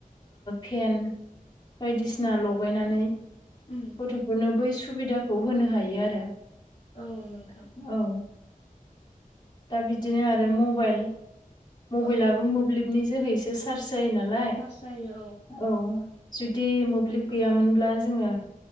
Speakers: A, on the left; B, on the left.
A: फेन बायदिसिना लगायनानै
B: उम
A: गथ'फोरनो बै सुबिदाखौ होनो हायो आरो
B: औ नोंथां
A: औ दा बिदिनो आरो मबाइल मबाइलाबो
B: औ
A: मोब्लिब नि जोहैसो चार्ज जायो नालाय
B: सार्स जायो
A: औ जुदि मोब्लिब गैयामोनब्ला जोङो